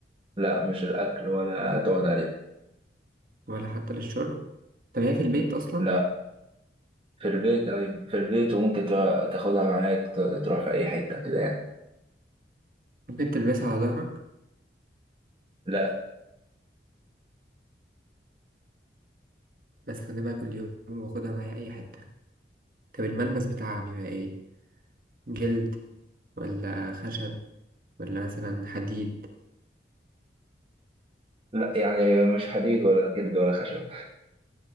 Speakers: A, on the right; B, on the right.
A: لا مش الاكل ولا تقعد عليها
B: ولا حتى للشرب طب هي في البيت أصلا
A: لا في البيت ايوه في البيت وممكن تبقى- تاخدها معاك ت- تروح في اي حتة كده يعني
B: ممكن تلبسها على ظهرك
A: لا
B: بستخدمها كل يوم واخدها معايا أي حتة طب الملمس بتاعها بيبقى إيه؟ جلد ولا خشب ولا مثلا حديد
A: لا يعني مش حديد ولا جلد ولا خشب